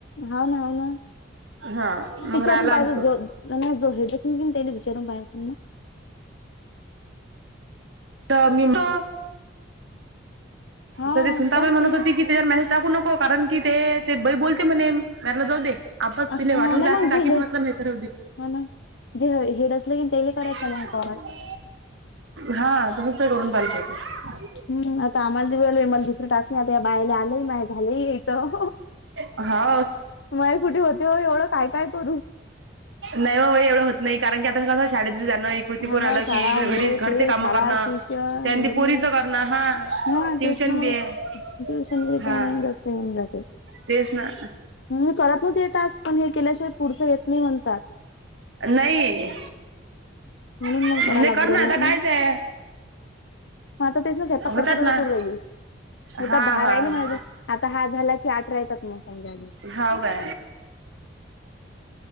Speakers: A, on the left; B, on the right.
A: हाव ना हाव ना
B: हा
A: तू
B: मग
A: विचारून
B: राहिला
A: पाहिज
B: आमचं
A: जो नाही नाही जो <inaudible> विचारून पाहाय असेल ना
B: तर मी तो
A: हाव
B: तरी सुनताबाई
A: चालते.
B: म्हणत होती कि त्याच्यावर मेसेज टाकू नको कारण की ते बाई बोलते म्हणे मी म्हटलं जाऊ दे. आपच
A: हा
B: तिला वाटलं
A: नाही
B: जाे
A: मग जे
B: काकीन
A: हे
B: म्हटलं नाही तर राहूदे.
A: हा ना. जे हेड असलं की त्याले करायचा
B: <unintelligible>
A: मग कॉल.
B: हा तुम्हीच ते करून पाहिलं होतं.
A: हम् आता आम्हाला दिऊ आलमला दुसरं टास नाही आता या बायला आलंय माझ झालं यायचं.
B: हा
A: माय कुठे होते हो एवढं काय काय करू
B: नाही वो एवढं होत नाही कारण की आता कसं शाळेत बी जाणं कृती कोून
A: मला
B: आलं
A: शाळा
B: किी घरी
A: हे
B: घरचे
A: ते
B: कामं
A: शाळा
B: करणं
A: ट्युशन
B: त्यां
A: घरी
B: पोरीच करणं हा
A: हा
B: ट्युशन
A: तेच नाग
B: बी आहे
A: ट्युशन घच्यामुळे
B: हा
A: मग जास्त होऊन जाते
B: तेच ना
A: म मी करत नव्हते हे टास्क पण हे केल्याशिवाय पुढच येत नाही म्हणतात
B: नाही
A: म्हणून
B: नाही
A: मग करा लागू
B: कर
A: राहिलं
B: ना आता
A: तुम्ही
B: कायच आहे
A: म आता तेच ना स्वयपाक
B: होतात
A: करता
B: ना
A: करता कोण राहिलीस होता
B: हा
A: दहा
B: हा
A: राहिले म्ह आता हा झाला की आठ राहतात म समजालं
B: हव का